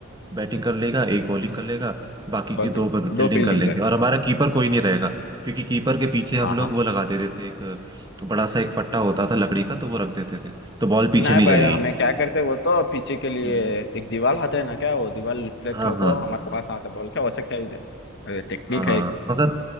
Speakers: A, on the right (about 20°); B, on the left (about 50°).
A: बैटिंग कर लेगा एक बॉलिंग कर लेगा बाकी
B: बग-
A: की दो फील्डिंग
B: दो फील्डिंग
A: कर लेंगे
B: कर
A: और हमारा कीपर कोई नहीं रहेगा क्योंकि कीपर के पीछे हम
B: हाँ
A: लोग
B: हाँ
A: वो लगा देते थे एक अ, तो बड़ा सा एक फट्टा होता था लकड़ी का तो वो रख देते थे तो बॉल पीछे
B: नहीं
A: नहीं
B: भाई
A: जाएगी
B: हमें क्या करते वो तो पीछे के लिए
A: हम्म,
B: एक दीवार आते है ना क्या वो दीवार रिफ्लेक्ट
A: हाँ
B: होकर
A: हाँ
B: हमारे पास आता बॉल क्या वैसे खेलते अरे टेक्निक
A: हाँ
B: है
A: मगर